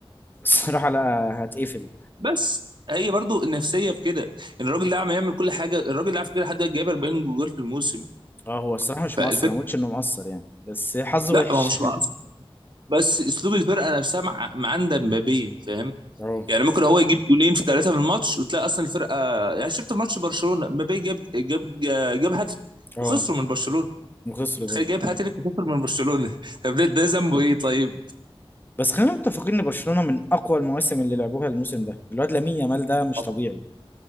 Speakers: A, on the left; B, on the right.
A: الصراحة لا هتقفل
B: بس هي برضو النفسيه في كده ان الراجل ده عم يعمل كل حاجه الراجل ده على فكره لحد دلوقتي جايب 40 جول في الموسم
A: اه هو الصراحة مش
B: فالفكره
A: مقصر انا مقلتش انه مقصر يعني بس حظه
B: لا
A: وحش
B: ما هو مش
A: <laughs>
B: مقصر بس اسلوب الفرقه نفسها مع مع عند مبابي فاهم
A: اه
B: يعني ممكن هو يجيب جولين في ثلاثه في الماتش وتلاقي اصلا الفرقه يعني شفت في ماتش برشلونه مبابي جاب جاب جاب هاتريك
A: اه
B: وخسروا من برشلونه
A: وخسروا
B: بتخيل
A: برضه
B: جايب
A: فعلا
B: هاتريك وخسر من برشلونه <laughs> طب ده ده ذنبه ايه طيب
A: بس خلينا متفقين ان برشلونة من اقوى المواسم اللي لعبوها الموسم ده الواد لامين يامال ده مش
B: طب-
A: طبيعي